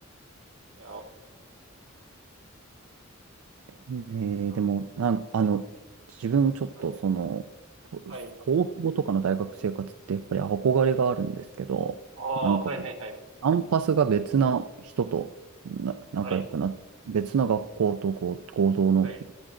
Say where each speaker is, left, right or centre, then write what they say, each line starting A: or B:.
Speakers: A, on the right (about 70°); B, on the right (about 85°).
A: て。お
B: え
A: いや
B: ーでも、なんか、あの、自分ちょっとその、
A: はい。
B: と東京とかの大学生活ってやっぱり憧れがあるんですけど、
A: はい。ああ、
B: なんかこう、
A: はいはいはい。
B: アンパスが別な人とな仲良くなって、
A: はい。
B: 別な学校とこう合同の
A: はい。